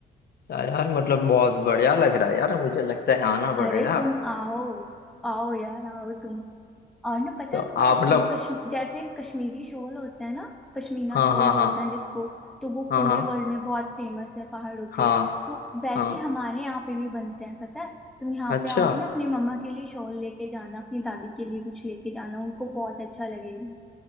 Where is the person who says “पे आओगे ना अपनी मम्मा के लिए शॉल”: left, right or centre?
Centre